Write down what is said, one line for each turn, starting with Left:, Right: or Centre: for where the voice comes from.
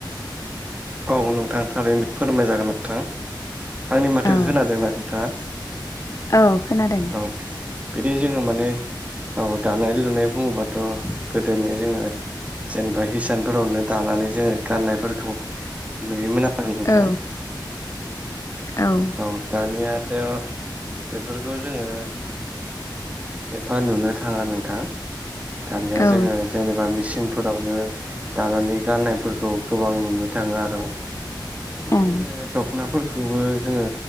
Right: औ नोंथां थारैनो फोरमाय जागोन नोंथां आंनि माथोखौ
Left: औ
Right: खोनादोंना नोंथाङा?
Left: औ खोनादों।
Right: औ बिदि जोङो माने औ दानाय-लुनाय बुङोबाथ' गोदोनो जोङो जेनेबा हिसानफोरावनो दानानै जोङो गाननायफोरखौ नुयोमोन आरो नोंथां।
Left: औ औ।
Right: औ दानियाथ' बेफोरखौ जोङो। एफा नुनो थाङा नोंथां दानिया
Left: औ
Right: जोङो। जेनेबा मेसिनफोरावनो दानानै गाननायफोरखौ गोबां नुनो थाङो आरो। बेवहाय
Left: औ
Right: जोङो दख'नाफोरखौबो जोङो